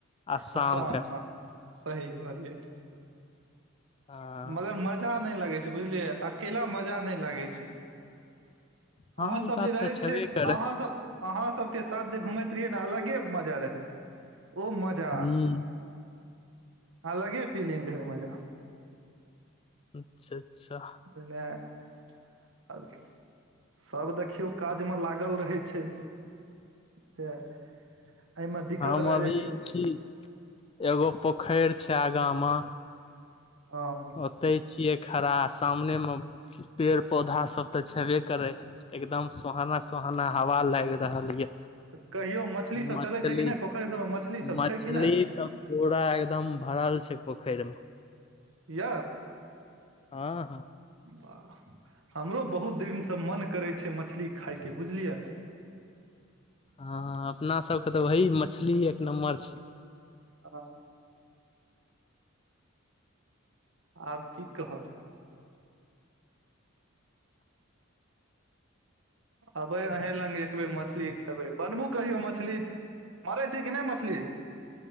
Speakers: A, on the left (about 25°); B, on the right (about 70°).
A: शाम
B: आ साम
A: के
B: साम सही कहलियै।
A: हँ
B: मगर मजा नै लागै छै बुझलियै अकेला मजा नै लागै छै।
A: हँ
B: आहाँ
A: ई
B: सब
A: बात
B: जे रहै
A: तऽ छेबे
B: छियै
A: करै
B: आहाँ सब। आहाँ सब के साथ जे घूमैत रहियै ने अलगे मजा रहै ओ मजा
A: ह
B: अलगे फीलिंग रहै ओ मजा।
A: अच्छा -अच्छा
B: जेने <unintelligible> आ सभ देखियौ काज मे लागल रहै छै। त एहिमे दिक्कत
A: हम
B: भए
A: अभी
B: जाइ छै।
A: छी एगो पोखरि छै आगा मे।
B: ह
A: ओते छिये खड़ा सामने मे पेड़ पौधा सब ते छेबे करे हे। एकदम सोहाना सोहाना हवा लाग रहल ये।
B: तऽ कहियो मछलीसभ
A: मछली
B: चलै छै कि नहि पोखरि सभमे मछलीसभ
A: मछली
B: छै कि नहि।
A: तऽ पूरा एकदम भरल छै पोखरि मे।
B: य
A: हँ हँ
B: वाह हमरो बहुत दिनसँ मन करै छै मछली खाायके बुझलियै।
A: हँ अपना सब के तऽ वही मछली एक नम्बर छै।
B: <inaudible> हँ आब की कहब? अबै अहीं लग एक बेेर मछली खेबै। बनबू कहियो मछली? मड़ै छै कि नहि मछली?